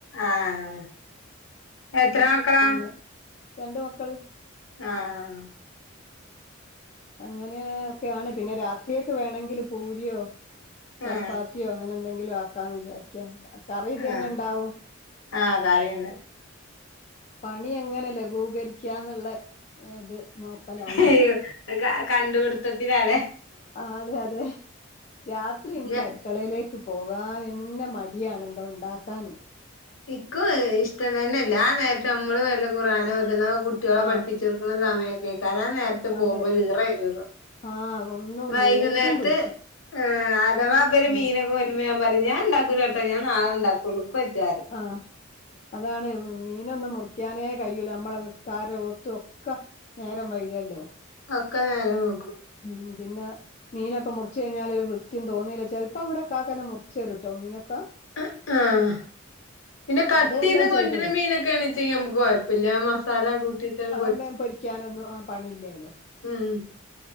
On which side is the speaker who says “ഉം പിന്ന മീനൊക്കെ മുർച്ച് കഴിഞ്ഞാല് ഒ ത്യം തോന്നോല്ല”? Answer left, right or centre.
Left